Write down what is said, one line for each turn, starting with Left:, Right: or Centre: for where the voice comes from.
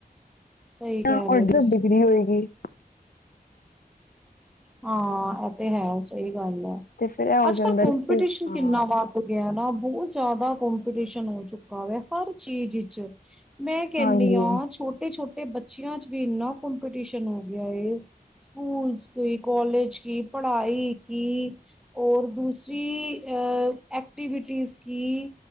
Centre: ਸਹੀ ਕਹਿ
Left: ਨਾ
Centre: ਰਹੇ
Left: ਓਢੀ
Centre: ਹੋ ਤੁਸੀਂ
Left: ਓ ਡਿਗਰੀ ਹੋਏਗੀ।
Centre: ਹਾਂ, ਇਹ ਤੇ ਹੈ। ਸਹੀ ਗੱਲ ਹੈ
Left: ਤੇ ਫਿਰ ਇਹ ਹੋ
Centre: ਅੱਜ
Left: ਜਾਂਦਾ
Centre: ਕੱਲ ਕੋਪੀਟੀਸ਼ਨ
Left: ਇਸ ਤੇ ਹਾਂ
Centre: ਕਿੰਨਾ ਵੱਧ ਗਿਆ ਬਹੁਤ ਜ਼ਿਆਦਾ ਕੋਪੀਟੀਸ਼ਨ ਹੋ ਚੁੱਕਾ ਵਾ ਹਰ ਚੀਜ਼ ਵਿਚ ਮੈਂ ਕਹਿੰਦੀ
Left: ਹਾਂਜੀ
Centre: ਹਾਂ ਛੋਟੇ ਛੋਟੇ, ਬੱਚਿਆਂ ਚ ਵੀ ਇੰਨਾ ਕੋਪੀਟੀਸ਼ਨ ਹੋ ਗਿਆ ਐ ਸਕੂਲਸ ਕੋਈ ਕੋਾਲਜ ਕੀ ਪੜ੍ਹਾਈ ਕੀ ਔਰ ਦੂਸਰੀ ਅ ਐਕਟੀਵਿਟੀਜ਼ ਕੀ